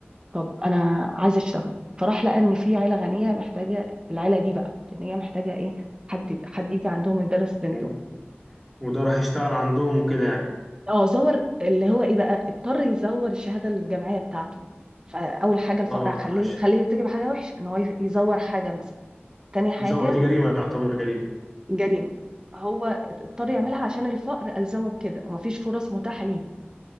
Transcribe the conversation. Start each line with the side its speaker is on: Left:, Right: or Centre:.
Right: طب انا عايزه اشتغل فراح لقى ان في عيله غنيه محتاجه العيله دي بقى ان هي محتاجه ايه حد حد يجي عندهم يدرس بنته
Centre: و- وده راح يشتغل عندهم وكده يعني
Right: اه زور اللي هو ايه بقى اضطر يزور الشهاده الجامعيه بتاعته فاول حاجه الفقر
Centre: اه
Right: خليه
Centre: عشان
Right: خليه يرتكب حاجه وحشه ان هو يزور حاجه مثلا تاني حاجه
Centre: يزور دي جريمة يعتبر جريمة
Right: جريمه هو اضطر
Centre: اه
Right: يعملها عشان الفقر ألزمه بكده ومفيش فرص متاحة ليه